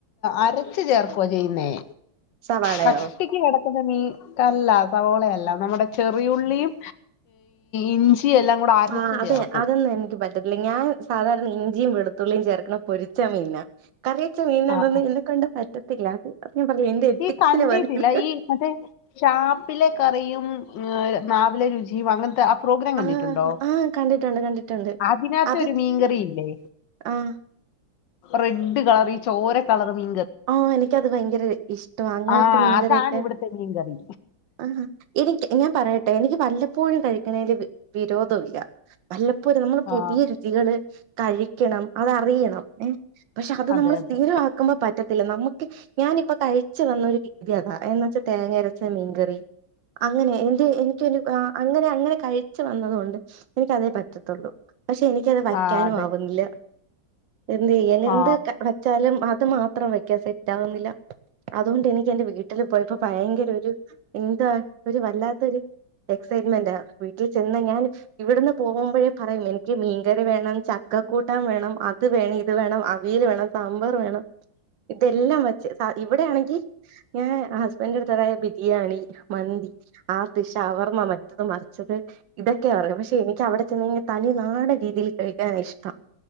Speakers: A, on the left; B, on the right.
A: അരച്ച ചേർക്ക ചെയ്യുന്നേ
B: സവാളയോ
A: കട്ടിക്ക് കെട <unintelligible> അല്ല സവാളയല്ല നമ്മുടെ ചെറിയുള്ളിയും ഇഞ്ചി എല്ലാം കൂടെ അരച്ച്
B: ആ അതെ
A: ചേർക്കും
B: അതന്നാ എനിക്ക് പ റ്റത്തില്ല ഞാൻ സാധാരണ ഇഞ്ചിയും വെളുത്തുള്ളിയും ചേർക്കണ പൊരിച്ച മീന കറിവെച്ച മീന്നതോന്ന്
A: ആ ആ.
B: എന്നെ കൊണ്ട് പറ്റ പില്ല അത് ഞാൻ പറഞ്ഞില്ലേ എന്റെ എത്തിക്സിനെ
A: ഈ കണ്ടിട്ടില്ല
B: ബാധിക്കും
A: ഈ മറ്റേ ഷാപ്പിലെ കറിയും നാവിലെ രുചിയും അങ്ങനത്തെ പ്രോഗ്രാം കണ്ടിട്ടുണ്ടോ
B: ആ ആഹ കണ്ടിട്ടുണ്ട് കണ്ടിട്ടുണ്ട്
A: അതിനകത്ത്
B: അത
A: ഒരു മീൻകറി ഇല്ലേ
B: ആഹ
A: റെഡ് കളർ ഈ ചോര കളർ മീ
B: ആഹ എനിക്കത് ഭയങ്കര ഇഷ്ടവാ അങ്ങനത്തെ
A: ആ
B: മീൻകറിയൊക്കെ
A: അതാണ് ഇവിടുത്തെ മീൻകറി
B: ആ എനിക്ക് ഞാൻ പറയ ട്ടെ എനിക്ക് വല്ലപ്പോഴും കഴിക്കണെൽ വിരോധമില്ല വല്ലപ്പോലും നമ്മള് പുതിയ
A: ആ
B: രുചികള് കഴിക്കണം അതറിയണം ഏ പക്ഷെ അത്
A: അതെ
B: നമ്മൾ
A: അതെ
B: സ്ഥിരമാക്കുമ്പോ പറ്റ നമക്ക് ഞാനിപ്പ കഴിച്ചു വന്ന ഒരു രീതി അതാ എന്ന വച്ചാൽ തേങ്ങ അരച്ച മീൻകറി അങ്ങനെ എന്റെ എനിക്കൊ അങ്ങനെ അങ്ങനെ കഴിച്ചു വന്നത കൊണ്ട് എനിക്കതേ പറ്റത്തുള്ളൂ പക്ഷെ എനിക്കത് വയ്ക്കാനും
A: ആ അതെ
B: ആവുന്നില്ല എന്തെയ്യാൻ എന്ത്
A: ആ
B: വെച്ചാലും മ ത മാ ത്രം വെക്കാൻ സെറ്റ് ആവുന്നില്ല അതുകൊണ്ട് എനിക്ക് എന്റെ വീട്ടില് പോയപ്പോ ഭയങ്കര ഒരു എന്താ ഒരു വല്ലാത്തൊ ഒരു എക്സൈറ്റ്മെന്റ് വീട്ടിൽ ചെന്ന ഞൻ ഇവിടുന്ന് പോകുമ്പോഴേ പറയും എനിക്ക് മീൻകറി വേണം ചക്കക്കൂട്ടൻ വേണം അത് വേണം ഇത് വേണം അവിയൽ വേണം സാമ്പാർ വേണം ഇതല്ലാം വച്ച ആ ഇവിടെയാണെങ്കി ഞാൻ ഹസ്ബൻഡ് അടുത്തതായ ബിരിയാണി മന്തി ആർത് ഷവർമ്മ മറ്റത് മറിച്ചത് ഇതൊക്കെയാ പറയായും പക്ഷെ എനിക്ക് അവിടെ ചെന്ന തനി നാട രീതിയിൽ കഴിക്കാനാ ഇഷ്ടം